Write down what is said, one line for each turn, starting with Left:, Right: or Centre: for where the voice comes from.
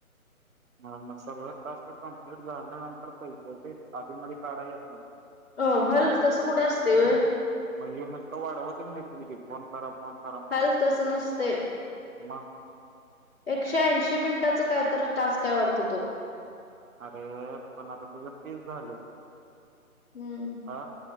Right: ह मग सगळं टास्क कंप्लीट झाल्या नं तर पैसे येते आधीमधी काढाय येत नाय.
Left: अं हल तसं कुठं असतय व्हय?
Right: मग हे नुसतं वाढवतच नेतील की फोन करा फोन करा म्हणून
Left: हल तसं नसतय.
Right: मग
Left: एकशे ऐंशी मिनिटांचा कायतर टास्क हाय वाडतो तो
Right: अरे पण आता तुझं तीस झालंय.
Left: हूं
Right: हा